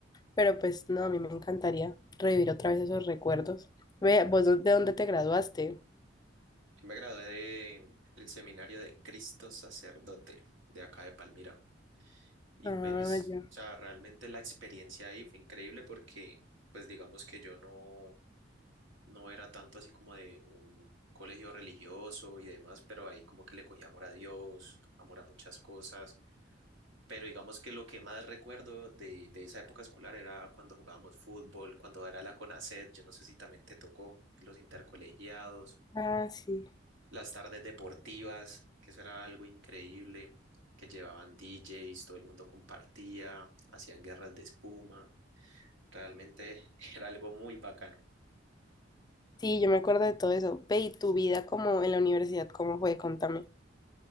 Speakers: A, on the left; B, on the right.
A: pero pues no, a mí me encantaría revivir otra vez esos recuerdos. Ve, ¿vos de dónde te graduaste?
B: Yo me gradué de el seminario de Cristo Sacerdote de acá de Palmira. Y
A: Ah,
B: pues,
A: ya.
B: o sea, realmente la experiencia ahí fue increíble porque, pues digamos que yo no no era tanto así como de un colegio religioso y demás, pero ahí como que le cogí amor a Dios, amor a muchas cosas. Pero digamos que lo que más recuerdo de, de esa época escolar era cuando jugábamos fútbol, cuando era la CONACET, yo no sé si también te tocó, los intercolegiados,
A: Ah, sí.
B: las tardes deportivas, que eso era algo increíble, que llevaban DJs, todo el mundo compartía, hacían guerras de espuma, realmente <laughs> era algo muy bacano.
A: Sí, yo me acuerdo de todo eso. Ve, ¿y tu vida como en la universidad, cómo fue? Contame.